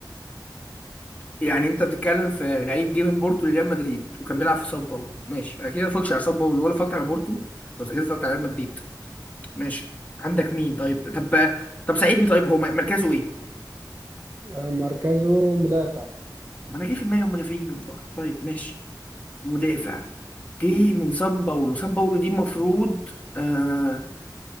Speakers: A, on the left; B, on the right.
A: يعني انت بتتكلم في لعيب جه من بورتو لريال مدريد وكان بيلعب في ساو باولو ماشي انا كده ما اتفرجتش على ساو باولو ولا اتفرجت على بورتو بس كده اتفرجت على ريال مدريد ماشي عندك مين طيب طب طب ساعدني طيب هو مركزه ايه؟
B: آه، مركزه مدافع
A: ما انا جه في دماغي المدافعين والله طيب ماشي مدافع جه من ساو باولو ساو باولو دي المفروض آه